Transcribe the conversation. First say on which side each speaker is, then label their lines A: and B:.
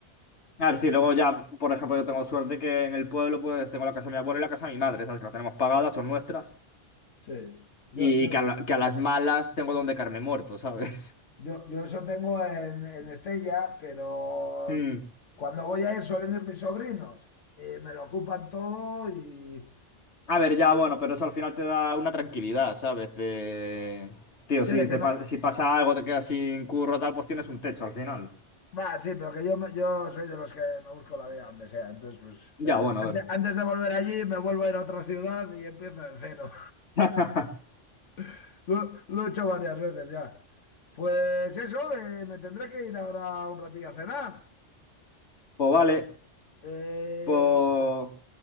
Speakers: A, on the left (about 65°); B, on the left (about 80°).
A: A ver, sí, luego ya, por ejemplo, yo tengo suerte que en el pueblo pues tengo la casa de mi abuela y la casa de mi madre, ¿sabes? Que las tenemos pagadas, son nuestras.
B: Sí, yo,
A: Y
B: yo,
A: que a, la- que a las malas tengo donde caerme muerto, ¿sabes? <laughs>
B: Yo, yo eso tengo en, en Estella, pero
A: Mm.
B: cuando voy a ir suelen ir mis sobrinos. Y me lo ocupan todo y...
A: A ver, ya, bueno, pero eso al final te da una tranquilidad, ¿sabes? De... Tío,
B: Sí,
A: si,
B: de que
A: te
B: no...
A: pa- si pasa algo, te quedas sin curro, tal, pues tienes un techo al final.
B: Va, sí, pero que yo, me- yo soy de los que me busco la vida donde sea. Entonces, pues,
A: Ya,
B: eh,
A: bueno,
B: ante-
A: a ver.
B: antes de volver allí, me vuelvo a ir a otra ciudad y empiezo de cero.
A: <laughs>
B: <laughs> Lo, lo he hecho varias veces ya. Pues eso, eh, me tendré que ir ahora un ratillo a cenar.
A: Pues vale,
B: Eh,
A: pues